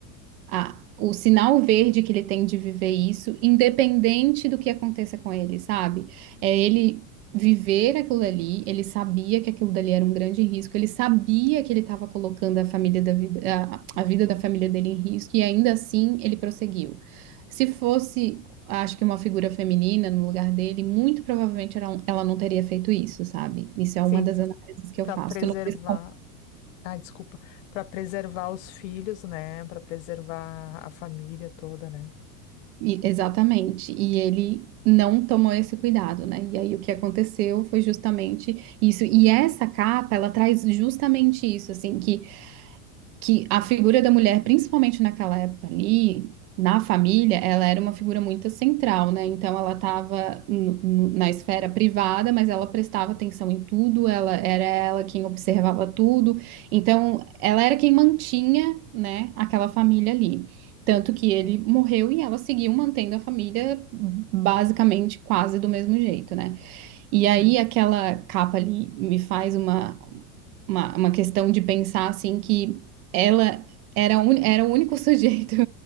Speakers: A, on the right; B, on the left.
A: a- o sinal verde que ele tem de viver isso, independente do que aconteça com ele, sabe? É ele viver aquilo ali, ele sabia que aquilo dali era um grande risco, ele sabia que ele estava colocando a família da vida, a, a vida da família dele em risco, e ainda assim ele prosseguiu. Se fosse, acho que uma figura feminina no lugar dele, muito provavelmente ela, ela não teria feito isso, sabe? Isso é
B: Sim,
A: uma das análises que eu
B: para
A: faço.
B: preservar.
A: Não sei se
B: Ah, desculpa, para preservar os filhos, né? Para preservar a família toda, né?
A: E- Exatamente. E ele não tomou esse cuidado, né? E aí o que aconteceu foi justamente isso. E essa capa, ela traz justamente isso, assim, que que a figura da mulher, principalmente naquela época ali, na família, ela era uma figura muito central, né? Então ela estava na esfera privada, mas ela prestava atenção em tudo, ela era ela quem observava tudo. Então ela era quem mantinha, né, aquela família ali. Tanto que ele morreu e ela seguiu mantendo a família basicamente quase do mesmo jeito, né? E aí aquela capa ali me faz uma uma, uma questão de pensar assim que ela era, a uni- era o único <laughs> sujeito